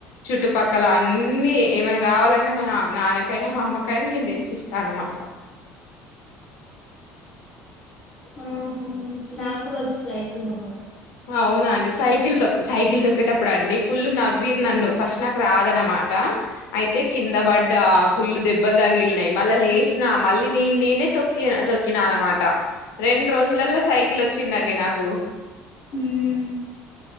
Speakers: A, on the left; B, on the left.
A: చుట్టుపక్కల అన్నిీ ఏమైనా కావాలంటే మా నా నాన్నకైనా, మా అమ్మకైనా నేను తెచ్చిస్తానమాట.
B: మ్ హు నా కూడ వచ్చు సైకిల్ తొక్క
A: అవున అండి సైకిల్ తొక్ సైకిల్ తొక్కేటప్పుడు అండి ఫుల్ నవ్విర్ నన్ను ఫస్ట్ నాకు రాద అన్నమాట. అయితే కింద పడ్డా ఫుల్ దెబ్బలు తగిలినయి మళ్ళీ లేశినా మళ్ళీ నే నేనే తొక్కి తొక్కినా అనమాట రెండు రోజులల్లో సైకిల్ వచ్చిందండి నాక్ కు
B: హ్మ్